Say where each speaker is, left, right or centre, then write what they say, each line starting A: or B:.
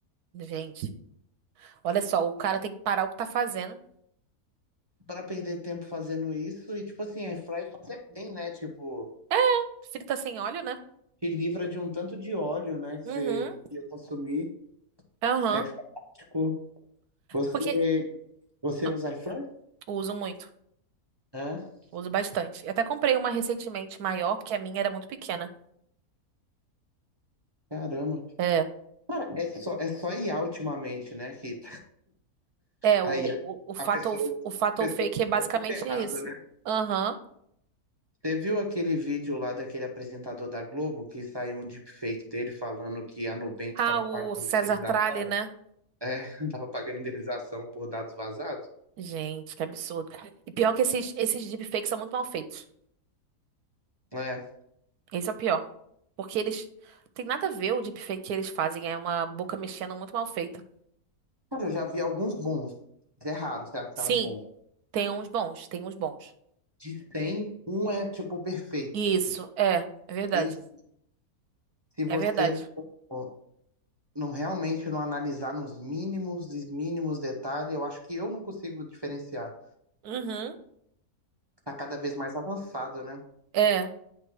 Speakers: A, on the right (about 80°); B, on the right (about 20°).
A: Gente, olha só, o cara tem que parar o que tá fazendo.
B: para perder tempo fazendo isso. E, tipo assim, Air Fry faz é bem, né? Tipo,
A: É, frita sem óleo, né?
B: te livra de um tanto de óleo, né? Que
A: Uhum.
B: você ia consumir.
A: Aham.
B: É prático. Você,
A: Porque
B: você
A: ah,
B: usa Air Fry?
A: uso muito,
B: É.
A: uso bastante. Eu até comprei uma recentemente maior, porque a minha era muito pequena.
B: Caramba.
A: É.
B: Cara, é só, é só IA ultimamente, né? Que
A: É, o,
B: Aí a
A: o, o fato
B: a pessoa,
A: ou-
B: a
A: o fato
B: pessoa
A: ou fake
B: usa
A: é basicamente
B: muito errado,
A: isso.
B: né?
A: Aham.
B: Você viu aquele vídeo lá daquele apresentador da Globo que saiu um deepfake dele falando que a Nubank
A: Ah,
B: estava
A: o
B: pagando
A: César
B: indenização?
A: Tralli, né?
B: É, <laughs> tava pagando indenização por dados vazados?
A: Gente, que absurdo. E pior que esses, esses deepfakes são muito mal feitos.
B: É.
A: Esse é o pior. Porque eles. Tem nada a ver o deepfake que eles fazem. É uma boca mexendo muito mal feita.
B: Cara, eu já vi alguns bons, mas é raro você achar
A: Sim,
B: um bom.
A: tem uns bons, tem uns bons.
B: De cem. um é tipo perfeito.
A: Isso,
B: E, tipo,
A: é. É verdade.
B: ninguém- Se você
A: É verdade.
B: não, não realmente não analisar nos mínimos e mínimos detalhes, eu acho que eu não consigo diferenciar.
A: Uhum.
B: Tá cada vez mais avançado, né?
A: É.